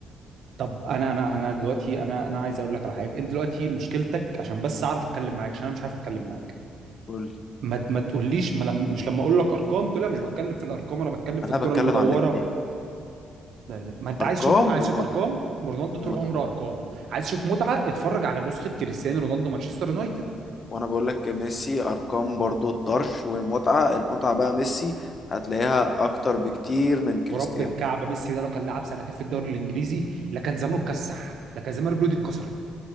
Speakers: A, on the right (about 70°); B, on the left (about 40°).
A: طب انا انا انا دلوقتي انا انا عايز اقول لك على حاجه انت دلوقتي مشكلتك عشان بس اعرف اتكلم معاك عشان انا مش عارف اتكلم معاك
B: قول لي
A: ما ما تقوليش ما لم مش لما اقول لك ارقام تقول لي أنا مش بتكلم في الارقام انا بتكلم في
B: انا
A: الكره
B: بتكلم
A: المدوره
B: على الاثنين
A: لا لا ما انت عايز
B: ارقام
A: تشوف عايز
B: ومتعه
A: تشوف ارقام رونالدو
B: ومتعه
A: طول عمره ارقام عايز تشوف متعه اتفرج على نسخه كريستيانو رونالدو مانشستر يونايتد
B: وانا بقول لك ميسي ارقام برضو الطرش والمتعه المتعه بقى ميسي هتلاقيها اكتر بكتير من كريستيانو
A: ورب الكعبه ميسي ده لو كان لعب سنتين في الدوري الانجليزي لا كان زمانه اتكسح لا كان زمان رجله دي اتكسرت